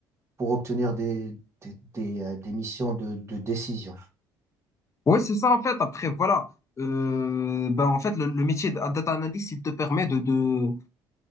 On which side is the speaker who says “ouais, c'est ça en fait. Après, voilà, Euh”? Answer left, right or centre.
Left